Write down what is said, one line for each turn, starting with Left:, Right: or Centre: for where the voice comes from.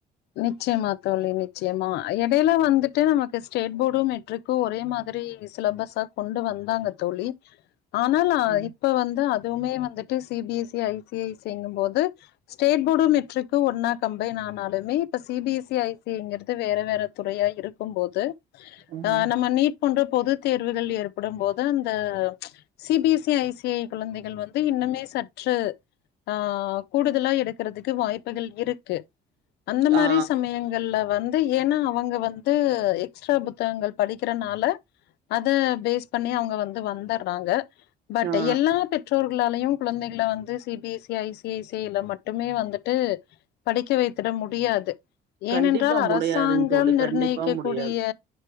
Left: நிச்சயமா தோழி நிச்சியமா எடேல வந்துட்டு நமக்கு ஸ்டேட் போர்டு மெட்ரிகும் ஒரே மாரி சிலபஸா கொண்டு வந்தாக தோழி ஆனாலா
Right: ம்
Left: இப்ப வந்து அத் துமே வந்துட்டு C B S C I சிங்கும் போது ஸ்டேட் போர்டு மெட்ரிக்கு ஒன்னா கம்பைன் ஆனாலுமே இப்ப C B S C I C ங்கறது வேற வேற துறையா இருக்கும் போது
Right: ம்
Left: ஆ நம்ம நீட் போன்ற பொது தேர்வுகள் ஏற்படும் போது அந் த C B S E I C ஏ குழந்தைகள் வந்து இன்னுமே சற்று ஆ கூடுதலா எடுக்கறதுக்கு வாய்புகள் இருக்கு அந்த மாரி
Right: ஆ
Left: சமயங்கள்ல வந் து ஏனா அவுங்க வந்து எக்ஸ்ட்ரா புத்தகங்கள் படிகறனால அத பேஸ் பண்ணி அவுங்க வந்து வந்துர்றாங்க பட்
Right: ஆ
Left: எல்லா பெற்றோர் எங்களாலையு குழந்தைகள வந்து C B S C I C I சில மட்டுமே வந்துட்டு படிக்க வைத்துட முட் டியாது
Right: கண்டிப்பா
Left: ஏனென்றால் அரசாங்கம்
Right: முடியாதுங் தோழி
Left: நிர்ணயிக்க
Right: கண்டிப்பா முடியாது
Left: கூடிய